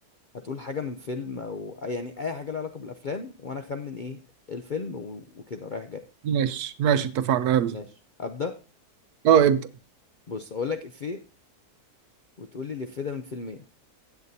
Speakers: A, on the left; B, on the right.
A: هتقول حاجه من فيلم او أي- يعني اي حاجه لها علاقه بالافلام وانا اخمن ايه الفيلم و... وكده رايح جاي
B: ماشي ماشي اتفقنا يلا
A: ماشي ابدا
B: اه ابدأ
A: بص اقول لك افيه وتقول لي الافيه ده من فيلم ايه